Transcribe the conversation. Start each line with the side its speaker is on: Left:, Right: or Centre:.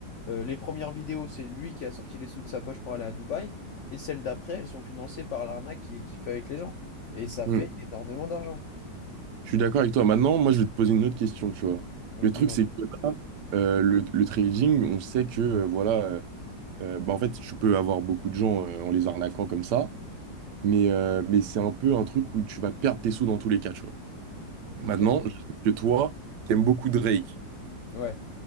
Left: euh, les premières vidéos, c'est lui qui a sorti les sous de sa poche pour aller à Dubaï, et celles d'après, elles sont financées par l'arnaque qu'il qui fait avec les gens. Et ça
Right: Mm.
Left: fait énormément d'argent.
Right: Je suis d'accord avec toi. Maintenant, moi, je vais te poser une autre question, tu vois.
Left: Ouais,
Right: Le
Left: dis-moi
Right: truc, c'est
Left: tout.
Right: que là, euh, le, le trading, on sait que, euh, voilà, euh, euh, bah, en fait, tu peux avoir beaucoup de gens euh, en les arnaquant comme ça, mais, euh, mais c'est un peu un truc où tu vas perdre tes sous dans tous les cas, tu vois.
Left: Ok.
Right: Maintenant, je sais que toi, t'aimes beaucoup Drake.
Left: Ouais.